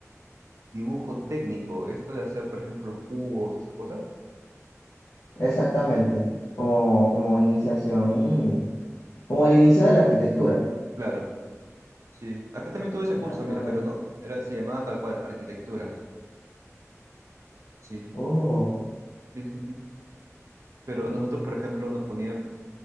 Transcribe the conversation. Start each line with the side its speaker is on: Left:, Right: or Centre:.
Right: dibujo técnico, esto de hacer, por ejemplo, los cubos, esas cosas.
Left: Exactamente, como, como iniciación, mm, como el inicio de la arquitectura.
Right: Claro, sí. Acá también tuve ese
Left: Exactamente.
Right: curso, mira, pero no, era, se llamaba tal cual arquitectura. Sí,
Left: Oh,
Right: sí, sí, sí. Pero nosotros, por ejemplo, nos ponían,